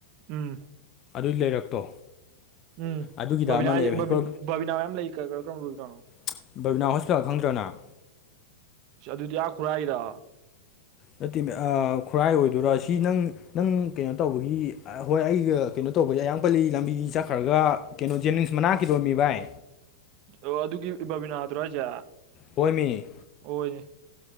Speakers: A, on the right; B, on the left.
A: ꯎꯝ
B: ꯑꯗꯨꯏ ꯂꯩꯔꯛꯇꯣ
A: ꯎꯝ
B: ꯑꯗꯨꯒꯤꯗ
A: ꯕꯕꯤꯅꯥ
B: ꯑꯃ
A: ꯍꯥꯏꯖꯤ
B: ꯂꯩꯌꯦꯕ
A: ꯕꯕꯤ
B: ꯍꯦꯜꯄꯔ
A: ꯕꯕꯤꯅꯥ ꯃꯌꯥꯝ ꯂꯩ ꯀꯔꯝ ꯕꯕꯤꯅꯥꯅꯣ
B: ꯆꯥ ꯕꯥꯕꯤꯅꯥ ꯍꯣꯁꯄꯤꯇꯥꯜ ꯈꯪꯗ꯭ꯔ ꯅꯪ
A: ꯑꯁ ꯑꯗꯨꯗꯤ ꯑ ꯈꯨꯔꯥꯏꯒꯤꯗꯣ
B: ꯅꯠꯇꯦꯃꯤ ꯑ ꯈꯨꯔꯥꯏ ꯑꯣꯏꯗꯣꯏꯔꯥ ꯁꯤ ꯅꯪ ꯅꯪ ꯀꯩꯅꯣ ꯇꯧꯕꯒꯤ ꯍꯣꯏ ꯑꯩꯒ ꯀꯩꯅꯣ ꯇꯧꯕ ꯑꯌꯥꯡ ꯄꯜꯂꯤ ꯂꯝꯕꯤ ꯆꯠꯈ꯭ꯔꯒ ꯀꯩꯅꯣ ꯖꯦꯅꯤꯟꯁ ꯃꯅꯥꯛꯀꯤꯗꯣꯝ ꯃꯤ ꯚꯥꯏ
A: ꯑꯣ ꯑꯗꯨꯒꯤ ꯕꯥꯕꯤꯅꯥꯗꯨꯔꯣ ꯍꯥꯏꯖꯦ
B: ꯍꯣꯏꯃꯤ
A: ꯑꯣꯏ